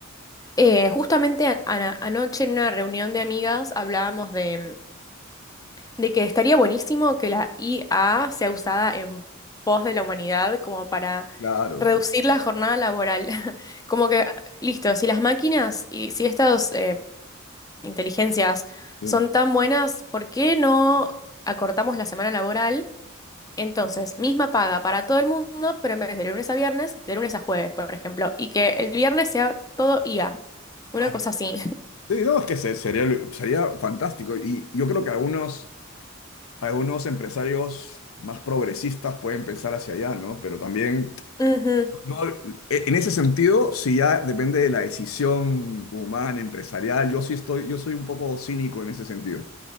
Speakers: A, on the left; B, on the left.
A: Eh, justamente a- ana- anoche en una reunión de amigas hablábamos de, de que estaría buenísimo que la IA sea usada en pos de la humanidad como para
B: Claro.
A: reducir la jornada laboral. <laughs> Como que, listo, si las máquinas y si estas eh, inteligencias
B: Sí.
A: son tan buenas, ¿por qué no acortamos la semana laboral? Entonces, misma paga para todo el mundo, pero en vez de lunes a viernes, de lunes a jueves, por ejemplo, y que el viernes sea todo IA,
B: Ay,
A: una cosa así.
B: Sí, no, es que se- sería, sería fantástico. Y yo creo que algunos, algunos empresarios más progresistas pueden pensar hacia allá, ¿no? Pero también,
A: <laughs> Ujú.
B: yo, e, en ese sentido, si ya depende de la decisión humana, empresarial, yo sí estoy, yo soy un poco cínico en ese sentido.